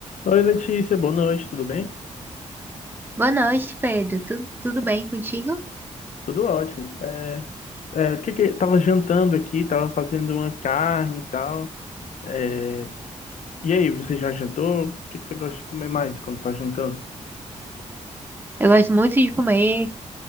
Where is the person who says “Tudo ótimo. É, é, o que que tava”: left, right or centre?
Left